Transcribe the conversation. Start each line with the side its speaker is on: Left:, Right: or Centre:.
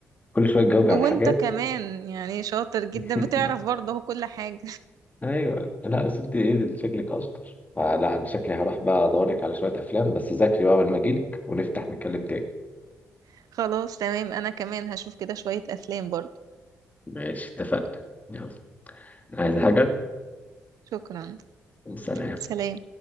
Left: كل شويه تجاوبي على
Right: وانت
Left: الحاجات
Right: كمان يعني شاطر جدا
Left: <laughs>
Right: بتعرف برضه هو كل حاجة
Left: ايوه لا بس انت ايه ده، شكلك اشطر فلا انا شكلي هروح بقى ادور لك على شويه افلام بس ذاكري بقى لما اجيلك ونفتح نتكلم تاني
Right: <laughs> خلاص تمام انا كمان هشوف كده شوية افلام برضه
Left: ماشي اتفقنا يلا عايز حاجه
Right: شكرا
Left: سلام
Right: سلام